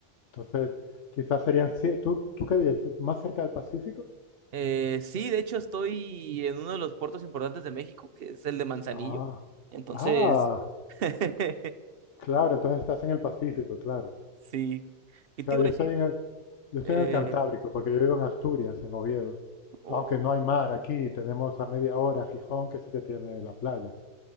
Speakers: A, on the left; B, on the right.
A: Entonces, quizás serían 7. ¿Tú, tú qué vives? ¿Más cerca del Pacífico?
B: Eh, sí, de hecho estoy en uno de los puertos importantes de México, que es el de Manzanillo.
A: Ah,
B: Entonces,
A: ah,
B: <laughs>
A: claro, entonces estás en el Pacífico, claro.
B: sí. ¿Qué
A: Claro,
B: te iba
A: yo
B: a
A: estoy
B: decir?
A: en el, yo estoy
B: Eh,
A: en el Cantábrico, porque yo vivo en Asturias, en Oviedo.
B: oh,
A: Aunque no hay mar aquí, tenemos a media hora Gijón, que sí que tiene la playa.